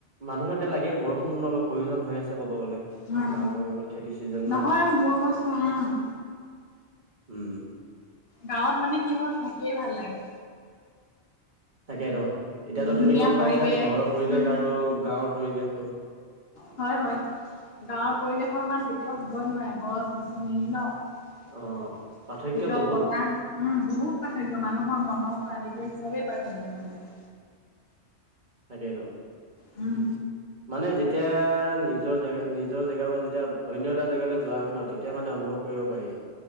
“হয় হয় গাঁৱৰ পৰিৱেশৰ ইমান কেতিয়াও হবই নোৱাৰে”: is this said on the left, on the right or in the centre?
Left